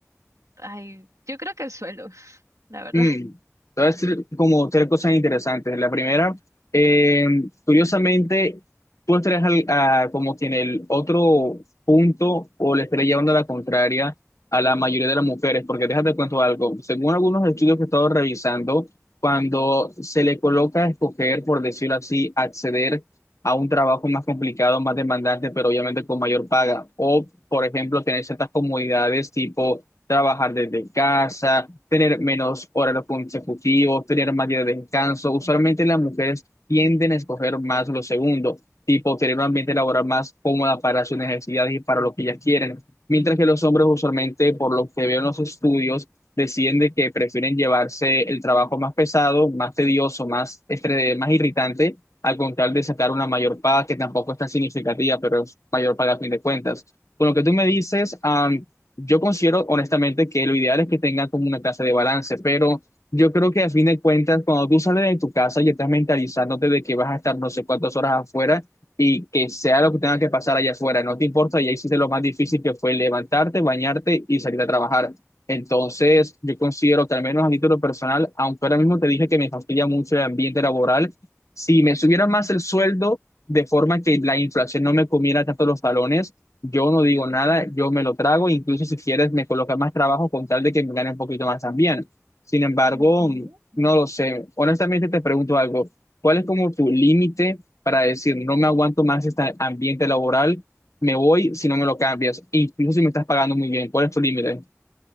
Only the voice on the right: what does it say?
ay, yo creo que el suelo, <laughs> la verdad.
Ujú.